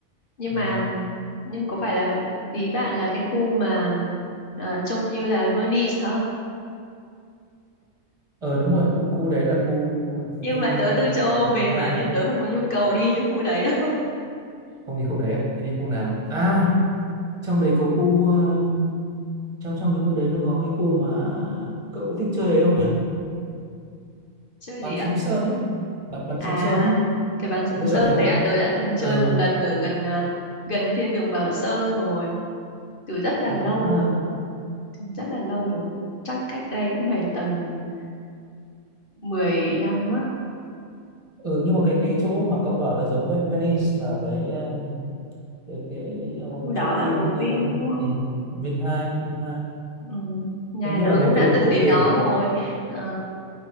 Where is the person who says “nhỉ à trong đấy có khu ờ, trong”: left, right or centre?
Right